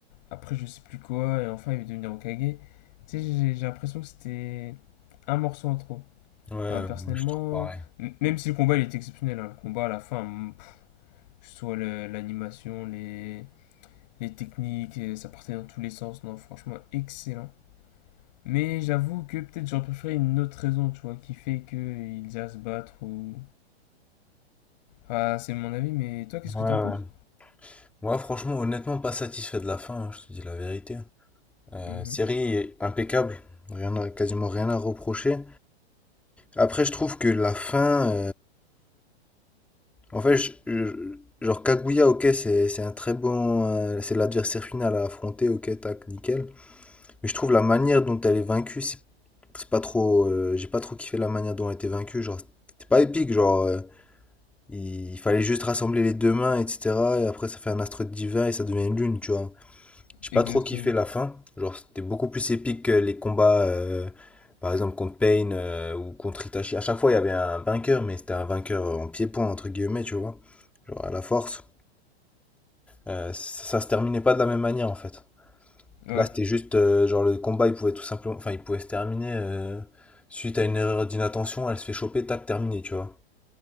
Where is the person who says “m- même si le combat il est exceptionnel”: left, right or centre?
Left